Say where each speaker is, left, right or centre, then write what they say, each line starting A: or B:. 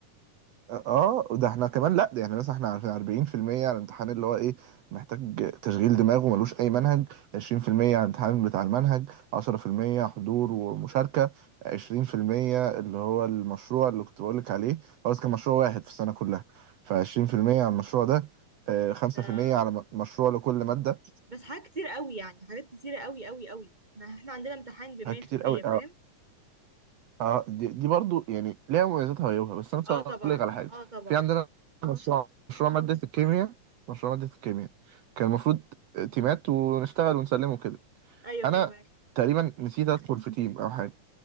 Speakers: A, on the right (about 70°); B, on the right (about 15°).
A: اه ده احنا كمان لا ده يعني مثلا احنا عارفين 40% على الامتحان اللي هو ايه محتاج تشغيل دماغ وملوش اي منهج 20% على الامتحان بتاع المنهج 10% حضور ومشاركة 20% اللي هو المشروع اللي كنت بقولك عليه هو بس كان مشروع واحد في السنة كلها ف20% على المشروع ده آه، 5%
B: ده
A: على م- مشروع لكل مادة
B: بس حاجات كتير قوي يعني حاجات كتير قوي قوي قوي احنا احنا عندنا امتحان بمية
A: حاجات
B: في
A: كتير
B: المية
A: قوي
B: فاهم
A: اه دي, دي برضو يعني ليها مميزاتها وعيوبها بس انا
B: اه
A: هقول
B: طبعا
A: لك على حاجه
B: اه طبعا
A: في عندنا مشروع مشروع ماده الكيمياء مشروع ماده الكيمياء كان المفروض تيمات ونشتغل ونسلمه كده
B: ايوه
A: انا
B: فاهمك
A: تقريبا نسيت ادخل في تيم او حاجه